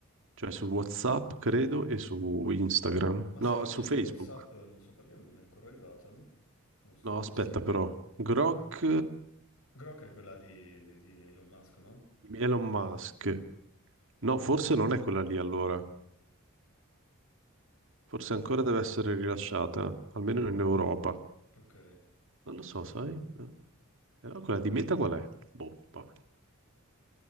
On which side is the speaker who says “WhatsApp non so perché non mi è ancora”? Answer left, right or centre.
Left